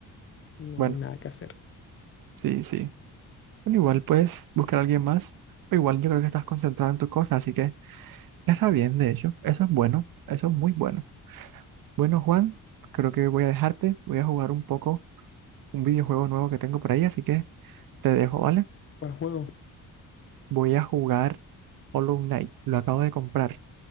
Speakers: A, on the left; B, on the right.
A: no
B: Bueno,
A: hay nada que hacer.
B: sí, sí. Bueno, igual puedes buscar a alguien más. O igual yo creo que estás concentrado en tus cosas, así que está bien, de hecho. Eso es bueno, eso es muy bueno. Bueno, Juan, creo que voy a dejarte. Voy a jugar un poco un videojuego nuevo que tengo por ahí, así que... Te dejo, ¿vale?
A: ¿Cuál juego?
B: Voy a jugar Hollow Knight. Lo acabo de comprar.